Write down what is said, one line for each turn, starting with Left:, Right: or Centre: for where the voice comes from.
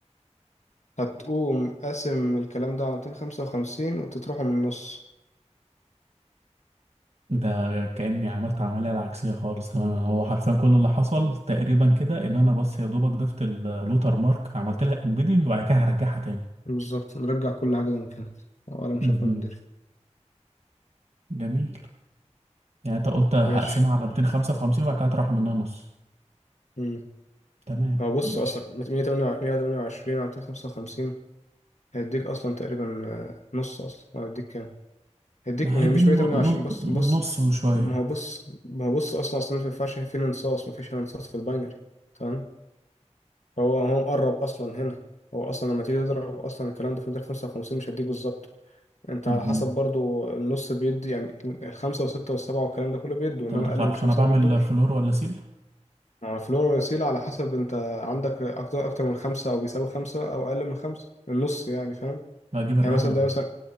Left: هتقوم قاسم الكلام ده على 255 وتطرحه من النص
Right: ده كأني عملت عملية العكسية خالص تماما هو حرفيا كل اللي حصل تقريبا كده ان انا بس يا دوبك ضفت اللوتر مارك عملت لها امبيدنج وبعد كده هرجعها تاني
Left: بالظبط نرجع كل حاجة زي ما كانت ولا مشافة
Right: مهم.
Left: من دري
Right: جميل يعني انت قلت هقسمها
Left: ماشي
Right: على 255 وبعد كده هطرح منها نص
Left: امم
Right: تمام
Left: هو بص
Right: ماشي
Left: اصلا 128 على 255 هيديك اصلا تقريبا آه، نص اصلا هيديك كام هيديك
Right: ما
Left: هي
Right: هيديني
Left: مش 128
Right: نو- نو-
Left: بص بص
Right: نص وشوية
Left: ما هو بص ما هو بص اصلا اصلا ما ينفعش في انصاص ما فيش انصاص في الباينري تمام فهو هو مقرب اصلا هنا هو اصلا لما تيجي تضرب اصلا الكلام ده في مدار 55 مش هيديك بالظبط انت
Right: مهم.
Left: على حسب برضو النص بيدي يعني الخمسه والسته والسبعه والكلام ده كله بيدوا
Right: طب
Left: انما
Right: انت بتعرفش
Left: اقل من خمسه
Right: انا بعمل
Left: بيدوش
Right: فلور ولا سيل
Left: ما هو الفلور والوسيله على حسب انت عندك اكتر اكتر من خمسه او بيساوي خمسه او اقل من خمسه النص يعني فاهم
Right: بجيب الراوند
Left: يعني مثلا ده مثلا